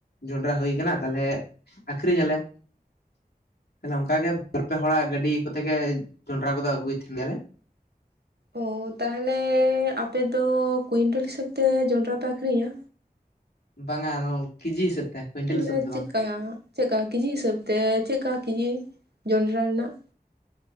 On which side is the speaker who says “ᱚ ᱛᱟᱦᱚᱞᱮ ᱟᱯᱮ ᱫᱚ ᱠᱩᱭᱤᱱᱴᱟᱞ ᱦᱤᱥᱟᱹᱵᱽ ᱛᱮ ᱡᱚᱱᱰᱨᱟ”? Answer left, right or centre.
Right